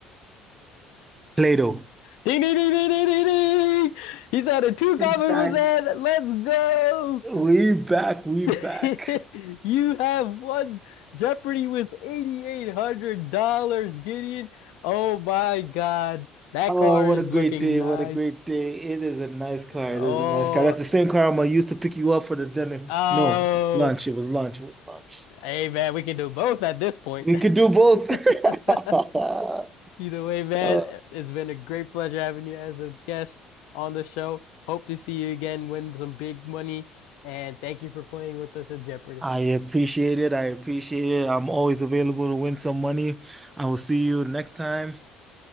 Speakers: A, on the right; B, on the left.
A: Play-Doh?
B: Ding, ding, ding, ding, ding, ding, ding. He's had a two comment
A: We back.
B: with that. Let's go.
A: We back. We back.
B: <laughs> You have won Jeopardy with $8,800, Gideon. Oh my God. That
A: Oh,
B: car
A: what
B: is
A: a great
B: looking
A: day.
B: nice.
A: What a great day. It is a nice car.
B: Oh,
A: It is a nice car. That's the same car I'm gonna use to pick you up for the dinner.
B: oh.
A: No, lunch. It was lunch. It was lunch.
B: Hey, man, we can do both at this point.
A: We could do both.
B: <laughs>
A: <laughs>
B: Either way, man,
A: Uh,
B: it's been a great pleasure having you as a guest on the show. Hope to see you again, win some big money, and thank you for playing with us at Jeopardy.
A: I appreciate it. I appreciate it. I'm always available to win some money. I will see you next time.